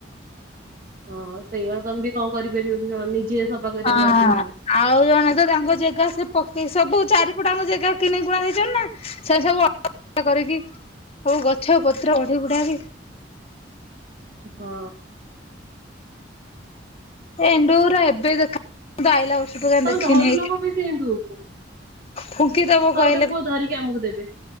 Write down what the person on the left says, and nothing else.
ହଁ
ଆଉ ଜଣେ ତ ତାଙ୍କ ଜେଗା ସେ ପକେଇ ସବୁ ଚାରିପଟାଙ୍କ ଜେଗା କିଣିକୁଣା ଦେଇଚନ୍ତିନା ସେ ସବୁ ଅ <unintelligible> କରିକି ସବୁ ଗଛ ପତ୍ର ବଢି ବୁଢାକି
ଏଣ୍ଡୁଅ ଗୁରା ଏବେ ଦେଖା <inaudible> ହେ <inaudible> ଆଇଲା ବର୍ଷ। ସେ ତ <unintelligible>
ଦେଖିନି
ଫୁଙ୍କିଦବ
କହିଲେ
<inaudible>